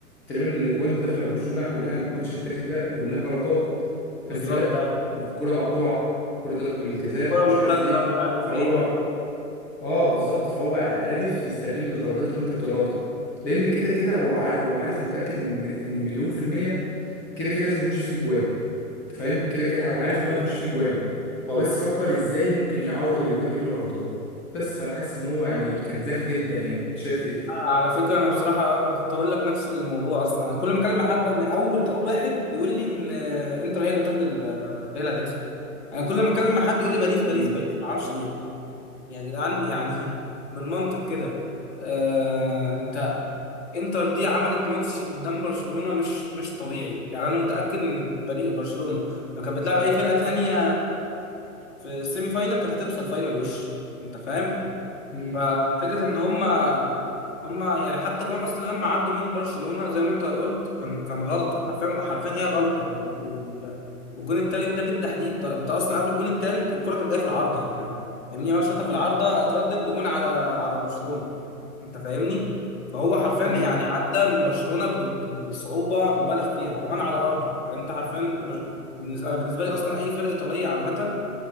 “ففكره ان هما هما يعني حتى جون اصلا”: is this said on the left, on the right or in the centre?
Left